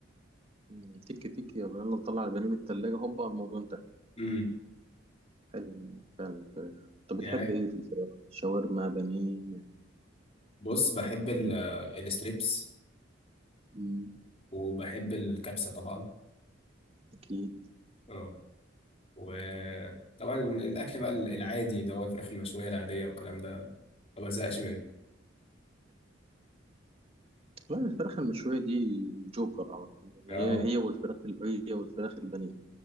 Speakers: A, on the right; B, on the left.
A: مم، تك تك يلا يلا نطلع البانيه من التلاجة هوبا الموضوع انتهى
B: امم
A: حلو فعلا الفراخ طب
B: يعني
A: بتحب ايه في الفراخ؟ شاورما بانيه يعني
B: بص بحب ال...
A: إيه؟
B: الستريبس
A: مم،
B: وبحب الكبسة طبعا
A: أكيد
B: اه وطبعا الأكل بقى العادي اللي هو الفراخ المشوية العادية والكلام ده ما بزهقش منه
A: لا الفراخ المشوية دي جوكر على طول يعني
B: اه
A: هي هي والفراخ الب- هي والفراخ البانيه